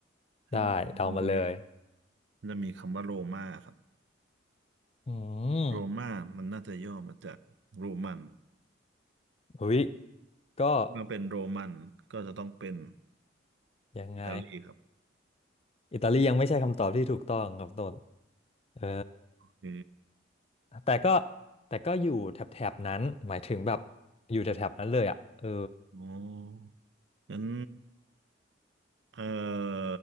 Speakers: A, on the right; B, on the left.
A: ให้เดามันจะมี
B: ได้เดามาเลย
A: มันจะมีคำว่าโรมาครับ
B: อืม
A: โรมามันน่าจะย่อมาจากโรมัน
B: หุ้ยก็
A: เมื่อเป็นโรมันก็จะต้องเป็น
B: ยังไง
A: อิตาลีครับ
B: อิตาลียังไม่ใช่คำตอบที่ถูกต้องครับต้นเออ
A: โอเค
B: แต่ก็แต่ก็อยู่แถบๆนั้นหมายถึงแบบอยู่แถบๆนั้นเลยอ่ะเออ
A: โอ้งั้นเอ่อ